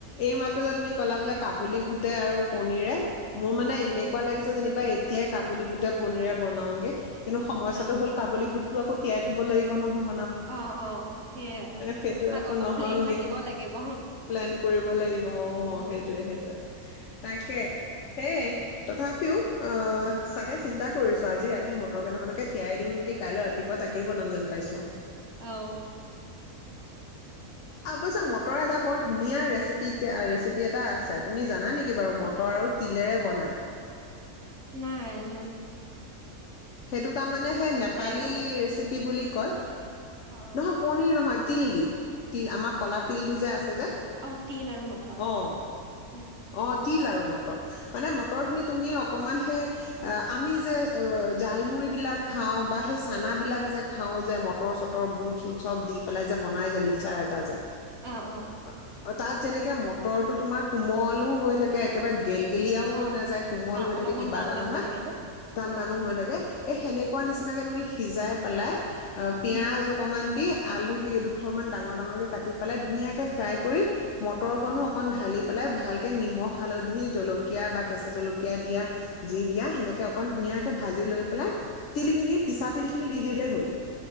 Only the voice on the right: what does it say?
উম
উম
অ
অ অ সেইয়াই
আগৰ
পৰা
প্লেন থাকিব লাগিব
উম
উম
অ
নাই ন
আৰু
অ অ
অ তিল আৰু মটৰ
উম উম
অ
অ অ
অ
টা
অলপমান
টান
টান
হৈ থাকে যে
অ
উম
উম